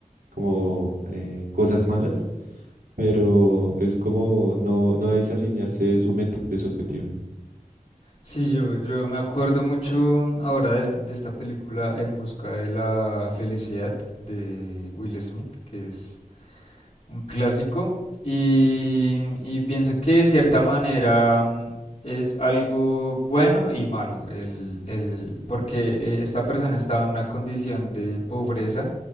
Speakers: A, on the right; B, on the left.
A: como eh, cosas malas, pero es como no, no desalinearse de su meta, de su objetivo.
B: Sí, yo, yo me acuerdo mucho ahora de, de esta película En busca de la felicidad de Will Smith, que es un clásico, y, y pienso que de cierta manera mm, es algo bueno y malo, el, el, porque eh, esta persona estaba en una condición de pobreza